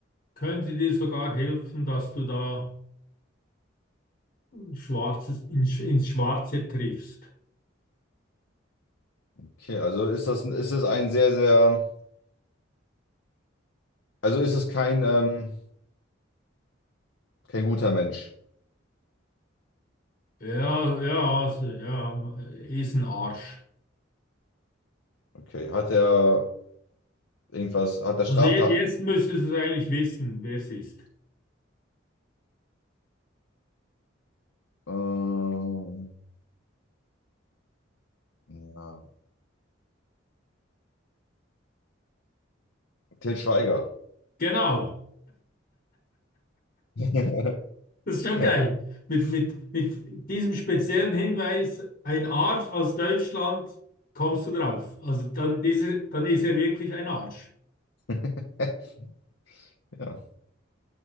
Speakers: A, on the left; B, on the left.
A: könnte dir sogar helfen, dass du da Schwarzes, ins, ins Schwarze triffst.
B: okay, also ist das, ist es ein sehr, sehr, also ist es kein, ähm, kein guter Mensch.
A: Ja, ja, also, ja, äh, ist ein Arsch.
B: Okay, hat er irgendwas, hat er Straftaten?
A: Also je- jetzt müsstest du eigentlich wissen, wer es ist.
B: Ähm, ja. Til Schweiger.
A: Genau,
B: <laughs>
A: <laughs> das ist schon
B: Ja.
A: geil. Mit, mit, mit diesem speziellen Hinweis, ein Arsch aus Deutschland, kommst du drauf. Also dann ist er, dann ist er wirklich ein Arsch.
B: <laughs> Ja,